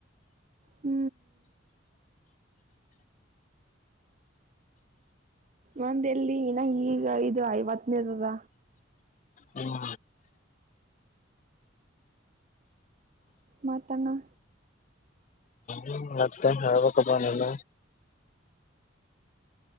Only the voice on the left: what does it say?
ಹ್ಮ್
ಹ್ಮ ಮತ್ತ ಹವ ಕ ಬಾನಲ್ಲ